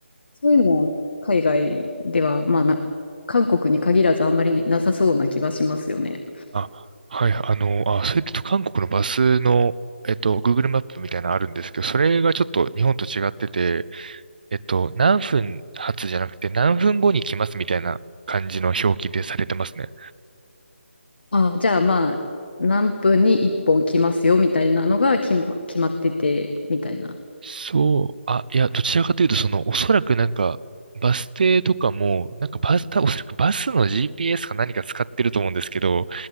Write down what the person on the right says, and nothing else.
あ、はい、あの、あ、それと韓国のバスの、えっと、Google マップみたいなのあるんですけど、それがちょっと日本と違ってて、えっと、何分発じゃなくて何分後に来ますみたいな感じの表記でされてますね。
そう、あ、いや、どちらかというと、その、おそらくなんか、バス停とかも、なんかバス、たおそらくバスの GPS か何か使ってると思うんですけど、